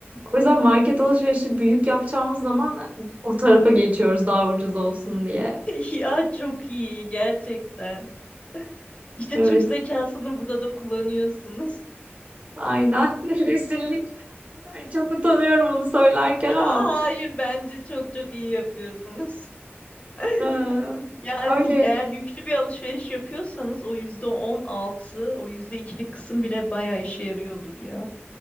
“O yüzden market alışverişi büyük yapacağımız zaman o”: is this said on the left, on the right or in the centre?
Right